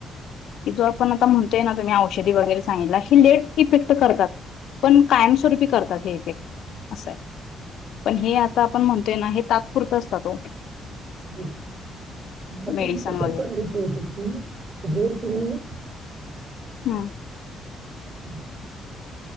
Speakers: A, on the left; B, on the right.
A: की जो आपण आता म्हणतोय ना तुम्ही औ औषधी वगैरे सांगितला ही लेट इफेक्ट करतात पण कायमस्वरूपी करतात हे इफेक्ट असं आहे पण हे आता आपण म्हणतोय ना हे तात्पुरतच त तो
B: बरोबर मला
A: मेडिसन
B: त्यांनी तसच
A: वगैरे
B: सांगितलं होत की जर तुम्ही
A: हम्म.
B: हम्म.